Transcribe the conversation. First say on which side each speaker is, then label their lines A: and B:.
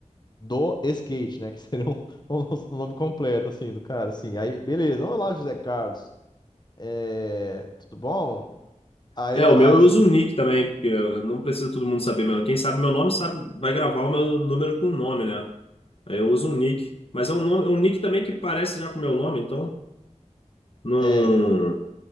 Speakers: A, on the left; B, on the left.
A: Do skate, né? <laughs> Que seria um, <laughs> um nome completo, assim, do cara, assim. Aí, beleza, olá, José Carlos. É, tudo bom? Aí,
B: É, o
A: as,
B: meu eu uso o nick também, porque eu não preciso todo mundo saber meu. Quem sabe meu nome sabe, vai gravar o meu número com o nome, né? Eu uso um nick. Mas é um nome, é um nick também que parece já com o meu nome, então. Não.
A: é, cara.